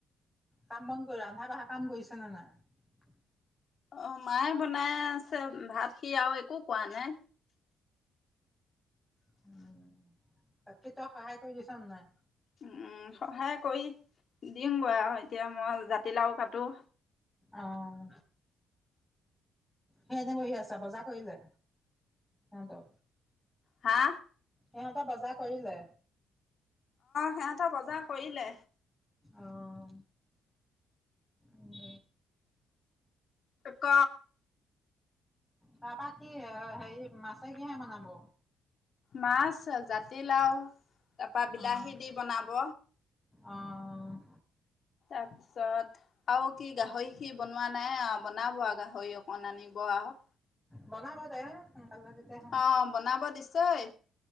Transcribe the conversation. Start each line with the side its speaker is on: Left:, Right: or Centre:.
Centre: কাম বন কৰি ৰন্ধা বঢ়া কাম কৰিছে নে নাই
Left: অ মায়ে বনাই আছে ভাত সি আৰু একো কোৱা নাই
Centre: উম তাকে তই সহায় কৰি দিছ নাই
Left: উম সহায় কৰি দিম গৈ আৰু এতিয়া মই জাতিলাও কাটো
Centre: আহ হেযাতে বহি আছা বজাৰ কৰিলে আনটো
Left: হা
Centre: সিহঁত বজাৰ কৰিলে
Left: সিহঁত বজাৰ কৰিলে
Centre: আহ উ
Left: ক
Centre: তাৰপা কি হেৰি মাছে কিহে বনাব
Left: মাছ জাতিলাও তাৰ পৰা। বিলাহী
Centre: অ',
Left: দি বনাব
Centre: অ',
Left: তাৰপিছত আৰু কি গাহৰি খিনি বনোৱা নাই বনাব আৰু গাহৰি অকন আনিব আৰু
Centre: বনাব দে সোনকালে তেতিয়াে
Left: অ বনাব দিছেই